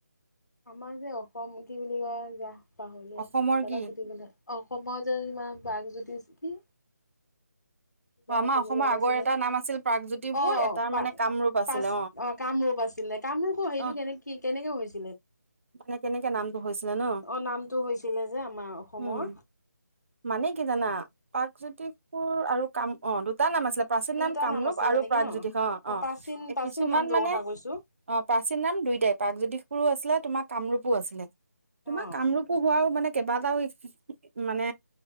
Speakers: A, on the left; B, on the right.
A: আমাৰ যে অসম কি বুলি কয় যা পাহৰিলোৱে
B: অসমৰ
A: কিবা
B: কি?
A: এটা সুধি বলে অসমৰ যে বাঘজ্যোতি চ কি। কিবা
B: অ',
A: এটা
B: আমাৰ
A: কবলৈ
B: অসমৰ
A: ওলাইছিল,
B: আগৰ এটা নাম আছিল প্ৰাগজ্যোতিপুৰ,
A: অ
B: এটাৰ
A: পা
B: মানে কামৰূপ আছিলে
A: পাছে অ কামৰূপ আছ ছিলে কামৰূখ সেইটো
B: অ',
A: কেনে কেনেকে হৈছিল।
B: মানে কেনেকে নামটো হৈছিলে ন
A: অ নামটো হৈছিলে যে আমাৰ অসমৰ
B: উম মানে কি জানা পাগজ্যোতিষপুৰ আৰু কাম অ দু তাৰ নাম আছিলে প্ৰাচীন
A: দুইটা
B: নাম কামৰূপ
A: আছিলে
B: আৰু
A: নেকি
B: প্ৰাগজ্যোতিষ
A: ন
B: অ অ
A: প্ৰাচীন প্ৰাচীন
B: কিছুমান
A: নামটোৰ
B: মানে।
A: কথা কৈছো
B: অ প্ৰাচীন নাম দুইটাই প্ৰাগজ্যোতিষ পোৰো আছিলে তোমাৰ কামৰূপো আছিলে তোমাৰ
A: অ
B: কামৰূপো হোৱাও মানে। কেবাটাও মানে